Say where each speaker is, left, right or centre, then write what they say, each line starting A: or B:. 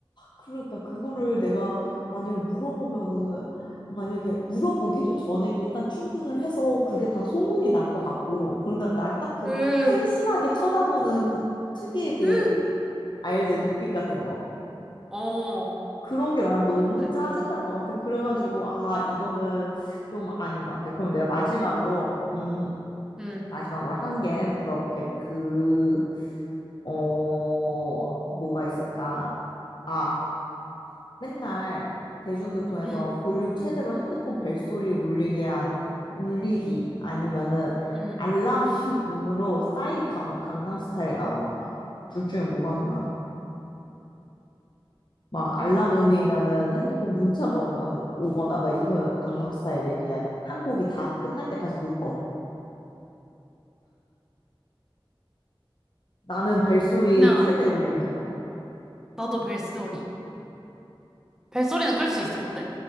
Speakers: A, on the left; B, in the centre.
A: 그러니까 그거를 내가 만약에 물어보면은 만약에 물어보기도 전에 일단 출근을 해서 그게 다 소문이 날 것 같고 그런 다음에 날 딱 그
B: 으,
A: 한심하게 쳐다보는 그 특유의 그
B: 으,
A: 알지 눈빛 같은 거
B: 어,
A: 그런 게 난 너무
B: 안 돼.
A: 짜증 날 것 같아 그래가지고 아 이거는 좀 아닌 것 같아 그럼 내가 마지막으로 음
B: 응,
A: 마지막으로 한 개 물어볼게 그 어 뭐가 있을까 아 맨날 대중교통에서
B: 응,
A: 볼륨 최대로 핸드폰 벨소리 울리게, 하- 울리기 아니면은
B: 응.
A: 알람음으로 <laughs> 싸이 강, 강남 스타일 나오는 거야. 둘 중에 뭐가 더 나아? 막
B: 어,
A: 알람음이면은 핸드폰 문자가 오면 오거나 막 이거 강남 스타일이 그냥 한 곡이 다 끝날 때까지 못 꺼. 나는 벨소리
B: 그냥,
A: 최대 울리는 거.
B: 나도 벨소리. 벨소리는 끌 수 있어, 근데.